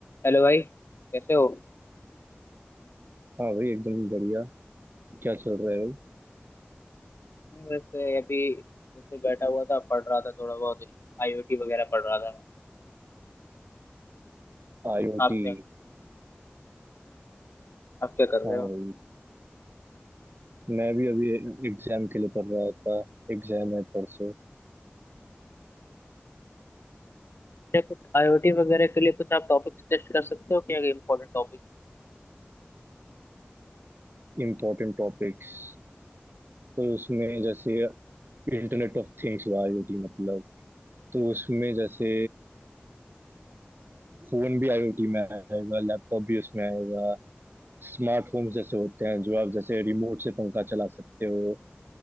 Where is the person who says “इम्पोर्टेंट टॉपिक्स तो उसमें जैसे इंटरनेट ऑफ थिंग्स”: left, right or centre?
Right